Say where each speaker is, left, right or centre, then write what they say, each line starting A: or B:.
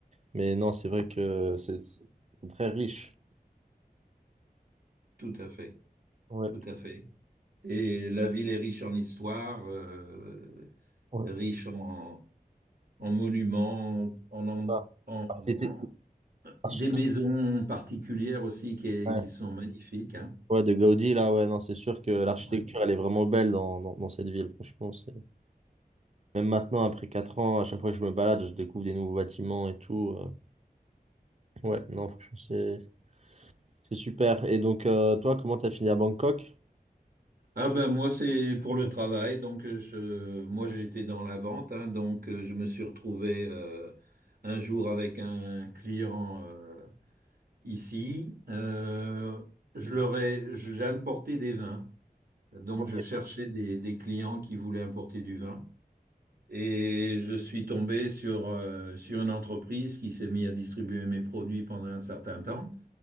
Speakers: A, on the right (about 45°); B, on the right (about 70°).
A: Mais non, c'est vrai que c'est c'est très riche.
B: Tout à fait,
A: Ouais,
B: tout à fait. Et la ville est riche en histoire, euh,
A: ouais.
B: riche en, en monuments, en, en-
A: Ah.
B: en-
A: C'était-
B: en-
A: l'architecte-
B: des maisons particulières aussi qui,
A: Ouais.
B: qui sont magnifiques, hein.
A: Ouais, de Gaudi, là, ouais, non, c'est sûr que l'architecture,
B: Ouais.
A: elle est vraiment belle dans, dans, dans cette ville, franchement. c'est- Même maintenant, après 4 ans, à chaque fois que je me balade, je découvre des nouveaux bâtiments et tout. euh. Ouais, non, franchement, c'est c'est super. Et donc, euh, toi, comment t'as fini à Bangkok?
B: Ah ben moi c'est pour le travail donc euh, je moi j'étais dans la vente hein, donc euh, je me suis retrouvé euh, un jour avec un client euh, ici Euh, je leur ai j'ai importé des vins donc
A: Ok.
B: je cherchais des, des clients qui voulaient importer du vin et je suis tombé sur euh, sur une entreprise qui s'est mise à distribuer mes produits pendant un certain temps